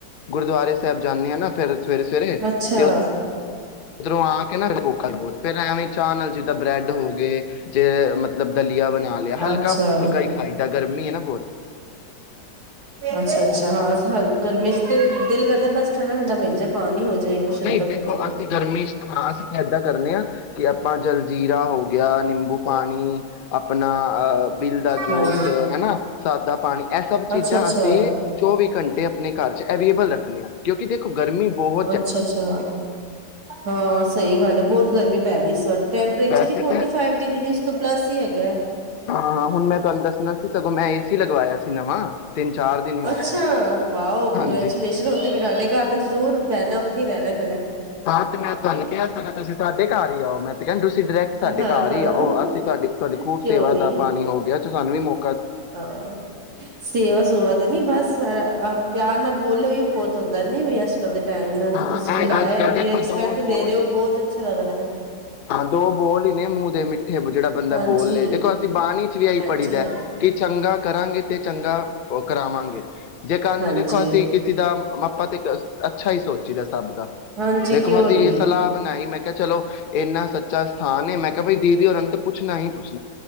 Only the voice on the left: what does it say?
ਗੁਰਦੁਆਰੇ ਸਾਹਿਬ ਜਾਂਦੇ ਆ ਨਾ ਫਿਰ ਸਵੇਰੇ ਸਵੇਰੇ
ਤੇ ਉਧਰੋਂ ਆ ਕੇ ਨਾੋਲ ਬਹੁਤ ਫਿਰ ਐਵੇਂ ਚਾਹ ਨਾਲ ਜਿੱਦਾਂ ਬਰੈੱਡ ਹੋ ਗਏ ਜੇ ਮਤਲਬ ਦਲੀਆ ਬਣਾ ਲਿਆ
ਹਲਕਾ
ਹੁਲਕਾ ਹੀ ਖਾਈਦਾ ਗਰਮੀ ਹਨ ਨਾ <unintelligible>
ਨਹੀਂ ਦੇਖੋ
ਅਸੀਂ ਗਰਮੀ ਚ ਤਾਂ ਹਾਂ ਅਸੀਂ ਤਾਂ ਇਏਦਾਂ ਕਰਨੇ ਹਾਂ ਕਿ ਆਪਾਂ ਜਲਜੀਰਾ ਹੋ ਗਿਆ ਨਿੰਬੂ ਪਾਣੀ ਣੀ ਆਪਣਾ ਅਹ ਬਿਲ ਦਾ ਜੂਸ
ਹਨਾ ਸਾਦਾ ਪਾਣੀ ਇਹ ਸਭ ਚੀਜ਼ਾਂ
ਅਸੀਂ ਚੌਵੀ ਘੰਟੇ ਆਪਣੇ ਘਰ ਚ ਅਵੇਲੇਬਲ ਰੱਖ ਕਿਉਂਕਿ ਦੇਖੋ ਗਰਮੀ ਬਹੁਤ
ਵੈਸੇ
ਤਾਂ
ਹਾਂ ਹਾਂ ਹੁਣ ਮੈਂ ਤੁਹਾਨੂੰ ਦੱਸਣਾ ਸਗੋਂ ਮੈਂ ਏਸੀ ਸੀ ਲਗਵਾਇਆ ਸੀ ਨਵਾਂ ਤਿੰਨ ਚਾਰ ਦਿਨ ਹੀ ਹੋਏ
ਨੇ
ਹਾਂਜੀ
ਹਾਂ ਤੇ ਮੈਂ ਤੁਹਾਨੂੰ ਕਿਹਾ ਤੁਸੀਂ ਸਾਡੇ ਘਰ ਹੀ ਆਓ ਮੈਂ ਤੇ ਕਹਿਣ ਤੁਸੀਂ ਡਾਇਰੈਕਟ ਸਾਡੇ
ਘਰ
ਹੀ ਆਓ ਅਸੀਂ ਤੁਹਾਡੀ ਤੁਹਾਡੀ ਖੂਬ
ਸੇਵਾ
ਦਾ ਪਾਣੀ ਹੋ ਗਿਆ ਸਾਨੂੰ ਵੀ ਮੌ
ਹਾਂ
ਇਹ ਅੱਜ ਕੱਲ੍ਹ
ਦੇਖੋ
ਦੋ ਬੋਲ
ਹੀ ਨੇ।
ਹਾਂ ਦੋ ਬੋਲ ਹੀ ਨੇ ਮੂੰਹ ਦੇ <unintelligible> ਠੇ ਜਿਹੜਾ ਬੰਦਾ
ਬੋਲ ਲ ਦੇਖੋ ਅਸੀਂ ਬਾਣੀ ਚ ਵੀ ਆਹੀ
ਪੜ੍ਹੀ ਦਾ ਹੈ
ਕਿ ਚੰਗਾ ਕਰਾਂਗੇ ਤੇ ਚੰਗਾ ਉਹ ਕਰਾਵਾਂਗੇ ਜੇ ਕੱਲ
ਨੂੰ ਦੇਖੋ ਅਸੀਂ ਕਿਸੇ ਦਾ ਆਪਾ ਤੇ ਇੱਕ ਅੱਛਾ ਹੀ ਸੋਚੀ ਦਾ ਸਭ ਦਾ
ਦੇਖੋ
ਅਸੀਂ
ਸਲਾਹ ਬਣਾਈ ਮੈਂ ਕਿਹਾ ਚਲੋ ਇੰਨਾ ਸੱਚਾ ਸਥਾਨਏ ਮੈਂ ਕਿਹਾ ਭਾਈ ਦੀਦੀ ਰ ਅੰਤ ਪੁੱਛਣਾ ਹੀ ਪੁੱਛਿਆ